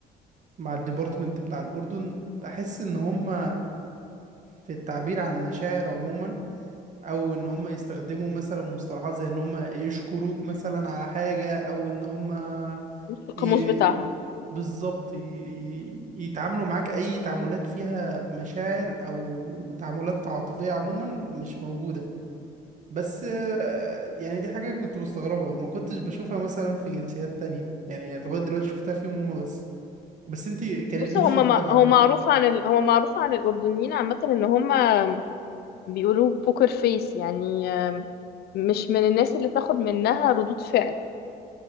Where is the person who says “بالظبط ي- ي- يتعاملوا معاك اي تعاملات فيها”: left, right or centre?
Right